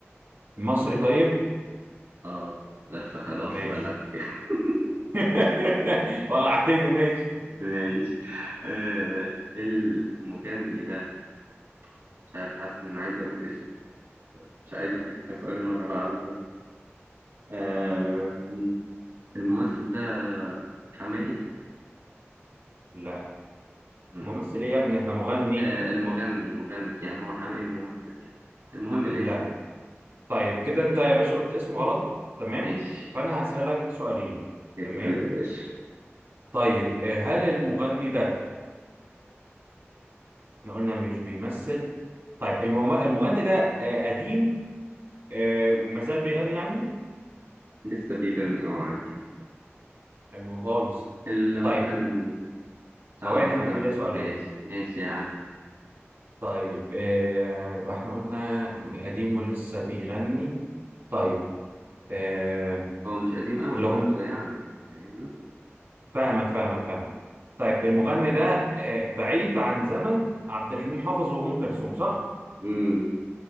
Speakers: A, on the right; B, on the right.
A: مصري طيب
B: آه بس خلاص
A: ماشي
B: سؤالك <laughs>
A: <laughs> وقعتني ماشي
B: ماشي آه، المغني ده مش عارف حاسس إن عايز أقول اسم مش عايزك تسأل سؤالين ورا بعض برضه آه، الممثل ده حماقي
A: لأ
B: ماشي
A: ممثل إيه يا ابني إحنا مغني
B: آه، المغني المغني يعني هو حماقي ممثل المهم
A: لأ
B: الاسم
A: طيب كده أنت يا باشا قلت اسم غلط تمام
B: ماشي
A: فأنا هسألك سؤالين
B: اسأل
A: تمام
B: يا باشا
A: طيب آه، هل المغني ده احنا قلنا مش بيمثل طيب المم... المغني ده آه قديم آه وما زال بيغني يعني
B: لسه بيغني اه عادي
A: حلو خالص
B: المغني
A: طيب ثواني
B: اه انت
A: يا حبيبي
B: م-
A: ليا سؤالين
B: ماشي ماشي يا عم
A: طيب آه يبقى احنا قلنا قديم ولسه بيغني طيب آه
B: هو مش قديم قوي
A: الأغنية
B: برضه يعني فاهمني
A: فاهمك فاهمك فاهمك طيب المغني ده آه بعيد عن زمن عبد الحليم حافظ وأم كلثوم صح؟
B: امم